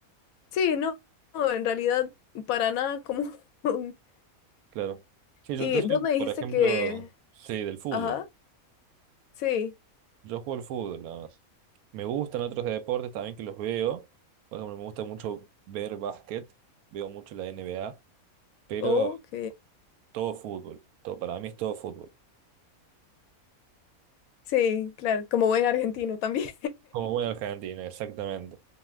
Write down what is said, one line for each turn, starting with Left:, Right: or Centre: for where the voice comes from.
Left: sí, no, no, en realidad para nada como... <laughs> un-
Right: Claro. Sí, yo,
Left: Y
Right: yo soy,
Left: vos me dijiste
Right: por ejemplo,
Left: que...
Right: sí, del fútbol.
Left: Ajá, sí,
Right: Yo juego al fútbol nada más. Me gustan otros deportes también que los veo. Por ejemplo, me gusta mucho ver básquet. Veo mucho la N B A. Pero
Left: ok.
Right: todo fútbol. Todo, para mí es todo fútbol.
Left: Sí, claro, como buen argentino también.
Right: Como buen argentino exactamente.